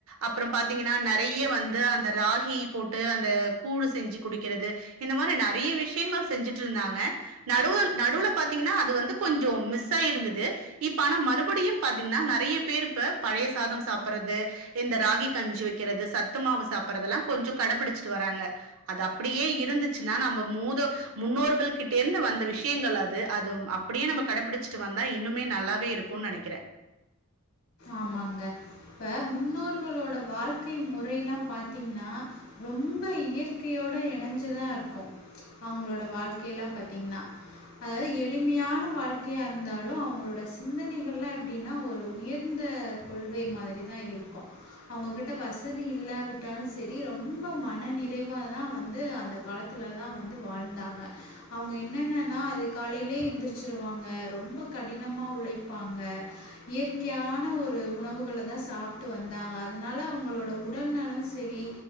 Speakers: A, on the right; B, on the left.
A: அப்புறம் பாத்தீங்கன்னா நறைய வந்து அந்த ராகி போட்டு அந்த கூழ் செஞ்சு குடிக்கிறது இந்த மாரி நறைய விஷயங்கள் செஞ்சுட்டு இருந்தாங்க நடுவு நடுவுல பாத்தீங்கன்னா அது வந்து கொஞ்சம் மிஸ் ஆயிருந்தது இப்ப ஆனா மறுபடியும் பாத்தீங்கன்னா நிறைய பேர் இப்ப பழைய சாதம் சாப்படுறது இந்த ராகி கஞ்சி வைக்கிறது சத்து மாவு சாப்பறது எல்லாம் கொஞ்சம் கடைபிடிச்சிட்டு வராங்க அது அப்படியே இருந்துச்சுன்னா நம்ம மூத முன்னோர்கள் கிட்ட இருந்து வந்த விஷ முக்கியங்களா அது அது அப்படியே நம்ம கடைபிடிச்சிட்டு வந்தா இன்னுமே நல்லாவே இருக்கும்னு நினைக்கிறேன்
B: ஆமாங்க இப்ப முன்னோர்களோட வாழ்க்கை முறை எல்லாம் பார்த்தீங்கன்னா ரொம்ப இயற்கையோட இணைஞ்சதான் இருக்கும் அவுங்களோட வாழ்க்கைய எல்லாம் பார்த்தீங்கன்னா அதாவது எளிமையான வாழ்க்கையா இருந்தாலும் அவுங்களோட சிந்தனைகள் எல்லாம் எப்படின்னா ஒரு உயர்ந்த கொள்கை மாதிரி தான் இருக்கும் அவுங்ககிட்ட வசதி இல்லாவிட்டாலும் சரி ரொம்ப மன நிறைவாக தான் வந்து அந்த காலத்துல தான் வந்து வாழ்ந்தாங்க அவுங்க என்னென்னன்னா அது காலையிலயே எந்திரிச்சிருவாங்க ரொம்ப கடினமா உழைப்பாங்க இயற் கையான ஒரு உணவுகளை தான் சாப்பிட்டு வந்தாங்க அதனால அவுங்களோட உடல்நலம் செரி